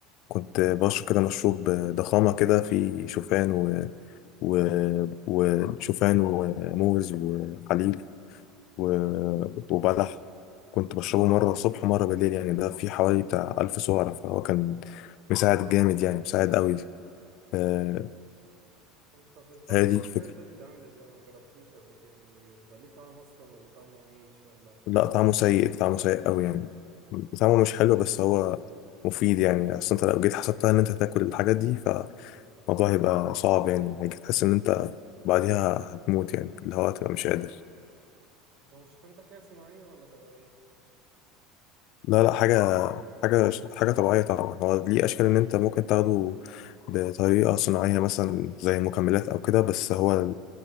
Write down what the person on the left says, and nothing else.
كنت بشرب كده مشروب ضخامة كده فيه شوفان و و... وشوفان وموز وحليب و- وبلح كنت بشربه مرة الصبح ومرة بالليل يعني ده في حوالي بتاع ألف سعرة فهو كان مساعد جامد يعني مساعد قوي آه،
هي
دي الفكرة
لا طعمه سيء طعمه سيء قوي يعني طعمه مش حلو بس هو مفيد يعني أصل أنت لو جيت حسبتها إن أنت هتاكل الحاجات دي فالموضوع هيبقى صعب يعني هيجي تحس إن أنت بعديها هتموت يعني اللي هو هتبقى مش قادر
لا لا حاجة حاجة حاجة طبيعية طبعا هو ليه أشكال إن أنت ممكن تاخده بطريقة صناعية مثلا زي مكملات أو كده بس هو